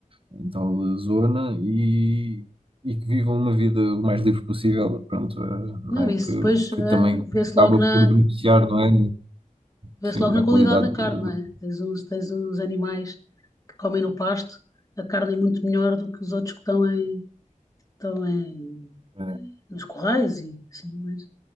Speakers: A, on the right (about 40°); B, on the left (about 25°).
A: em tal zona, e, e que vivam uma vida o mais livre possível, pronto, eh, não
B: Não,
A: é?
B: isso
A: Que,
B: depois eh,
A: que também
B: vê-se
A: acaba
B: logo na,
A: por beneficiar, não é?
B: vê-se
A: Sim,
B: logo
A: na
B: na qualidade
A: qualidade
B: da carne,
A: do...
B: não
A: do-
B: é? Tens uns, tens uns animais que comem no pasto, a carne é muito melhor do que os outros que estão em, estão em,
A: É,
B: nos corrais e assim, mas